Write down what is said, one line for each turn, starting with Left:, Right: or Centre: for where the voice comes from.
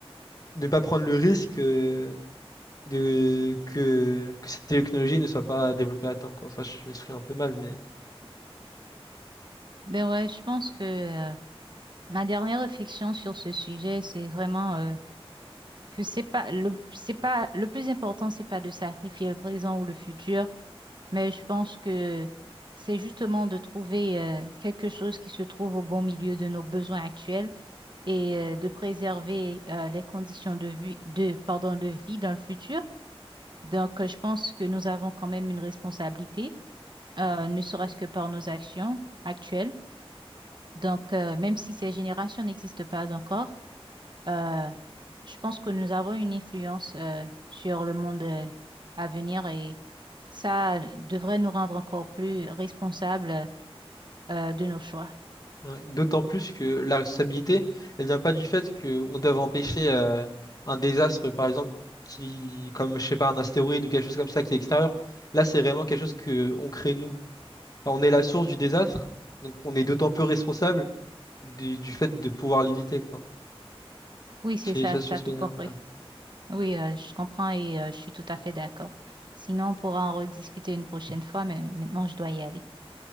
Left: de ne pas prendre le risque euh, de, que, que cette technologie ne soit pas développée à temps, quoi. Enfin, je m'exprime un peu mal, mais...
Right: ben ouais, je pense que euh, ma dernière réflexion sur ce sujet, c'est vraiment euh, que c'est pas le c'est pas le plus important, c'est pas de sacrifier le présent ou le futur, mais je pense que c'est justement de trouver euh, quelque chose qui se trouve au bon milieu de nos besoins actuels et euh, de préserver euh, les conditions de vie, de, pardon, de vie dans le futur. Donc, euh, je pense que nous avons quand même une responsabilité, euh, ne serait-ce que par nos actions actuelles. Donc, euh, même si ces générations n'existent pas encore, euh, je pense que nous avons une influence euh, sur le monde euh, à venir et ça devrait nous rendre encore plus responsables euh, de nos choix.
Left: Ouais. D'autant plus que la responsabilité, elle vient pas du fait qu'on doit empêcher euh, un désastre, par exemple, qui, comme je sais pas, un astéroïde ou quelque chose comme ça qui est extérieur. Là, c'est vraiment quelque chose que on crée nous. Enfin, on est la source du désastre, donc on est d'autant plus responsable du, du fait de pouvoir l'éviter, quoi.
Right: Oui, c'est
Left: C'est
Right: ça,
Left: ça, c'est
Right: t'as
Left: ce
Right: tout
Left: que je
Right: compris.
Left: veux dire. ouais.
Right: Oui, euh, je comprends et euh, je suis tout à fait d'accord. Sinon, on pourra en rediscuter une prochaine fois, mais maintenant, je dois y aller.